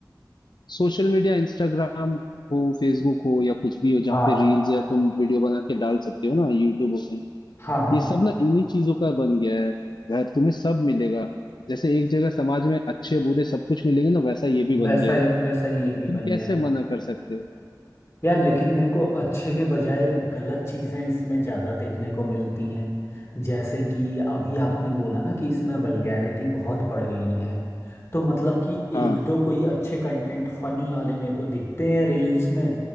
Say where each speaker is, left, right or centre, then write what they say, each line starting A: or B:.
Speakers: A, on the left (about 80°); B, on the left (about 40°).
A: सोशल मीडिया इंस्टाग्राम हो फेसबुक हो या कुछ भी हो जहाँ
B: हाँ
A: पे रील्स या तुम वीडियो बना के डाल सकते हो ना यूट्यूब हो कहीं
B: हाँ हाँ
A: ये सब ना इन्हीं चीजों का बन गया है वह तुम्हें सब मिलेगा जैसे एक जगह समाज में अच्छे बुरे सब कुछ मिलेंगे ना वैसा ये भी बन
B: वैसा
A: गया
B: ही
A: है
B: वैसा ही ये भी
A: तुम
B: बन
A: कैसे
B: गया
A: मना कर सकते हो
B: यार लेकिन मेरे को अच्छे के बजाय गलत चीज़ें इसमें ज़्यादा देखने को मिलती हैं जैसे कि अभी आपने बोला ना कि इसमें वल्गैरिटी बहुत बढ़ गई है तो मतलब कि एक
A: हाँ
B: दो कोई अच्छे कंटेंट फनी वाले मेरे को दिखते हैं रील्स में